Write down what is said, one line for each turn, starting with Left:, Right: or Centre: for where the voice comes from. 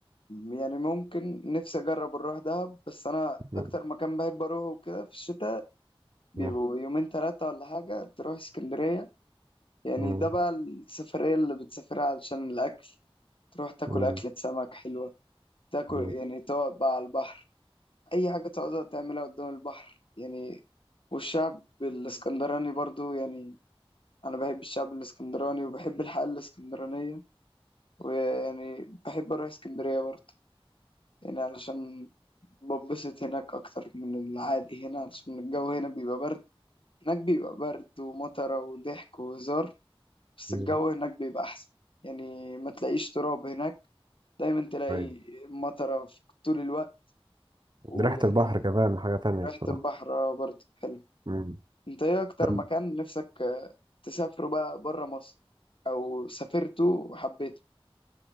Left: يعني ممكن نفسي اجرب اروح دهب بس انا
Right: مم.
Left: اكتر مكان بحب اروحه كده في الشتاء بيبقوا
Right: مم.
Left: يومين ثلاثة ولا حاجة تروح اسكندرية يعني
Right: مم.
Left: ده بقى السفرية اللي بتسافرها علشان الاكل تروح تاكل
Right: مم.
Left: أكلة سمك حلوة تاكل
Right: مم.
Left: يعني تقعد بقى على البحر أي حاجة تقعد تعملها قدام البحر يعني والشعب الإسكندراني برضو يعني انا بحب الشعب الاسكندراني وبحب الحياة الاسكندرانية ويعني بحب اروح اسكندرية برضه يعني علشان ببسط هناك اكتر من العادي هنا علشان الجو هنا بيبقى برد هناك بيبقى برد ومطره وضحك وهزار بس
Right: مم.
Left: الجو هناك بيبقى احسن يعني ما تلاقيش تراب هناك دايما تلاقي
Right: أيوة.
Left: مطره في طول الوقت ويعني
Right: ريحة البحر كمان حاجة تانية
Left: ريحة
Right: بصراحة
Left: البحر برضه حلو
Right: مم.
Left: انت ايه اكتر
Right: طب
Left: مكان نفسك تسافره بقى بره مصر او سافرته وحبيته